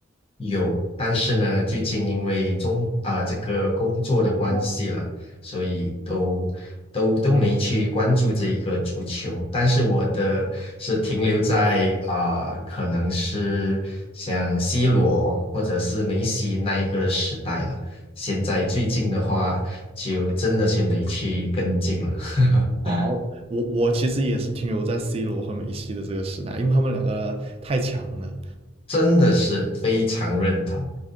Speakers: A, on the left; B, on the right.
A: 有，但是呢，最近因为中啊、这个工作的关系了，所以都都都没去关注这一个足球。但是我的是停留在啊、可能是像 C 罗或者是梅西那一个时代了。现在最近的话，就真的是没去跟进了。
B: 哦，
A: <laughs>
B: 我我其实也是停留在 C 罗和梅西的这个时代，因为他们两个太强了。
A: 真的是非常认同。